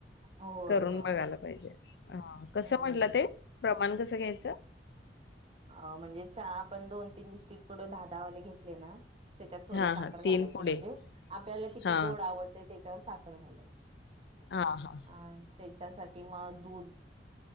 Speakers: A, on the right; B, on the left.
A: होय
B: करून
A: होय
B: बघायला पाहिजे हा कसं
A: हम्म
B: म्हटलं ते प्रमाण कसं घ्यायचं
A: अ म्हणजे आपण दोन तीन बिस्किट पुढे धादाावाले घेतले ना त्याच्यात थोडी
B: हा
A: साखर
B: हा
A: घालायची
B: तीन पुढे
A: म्हणजे आपल्याला किती
B: हा
A: गोड आवडते त्याच्यावर साखर घालायची
B: हा हा
A: अं त्याच्यासाठी म दूध